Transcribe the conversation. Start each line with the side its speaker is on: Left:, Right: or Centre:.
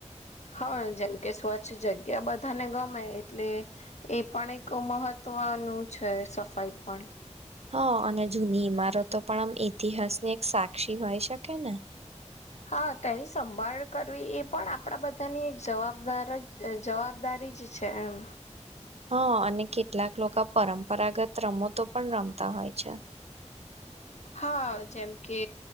Left: હા, જેમ કે સ્વચ્છ જગ્યા, બધાને ગમે એટલે એ પણ એક મહત્વ વાનું છે, સફાઈ પણ
Right: હા, અને જૂની ઈમારતો પણ આમ ઇતિહાસ, ની એક સાક્ષી હોય, શકે ને
Left: હા, તેની સંભાળ કરવી, એ પણ આપણા બધાની એક જવાબદાર જ જવાબદારી જ છે, એમ
Right: હા, અને કેટલાક લોકો પરંપરાગત રમતો પણ રમતા હોય, છે
Left: હા, જેમ કે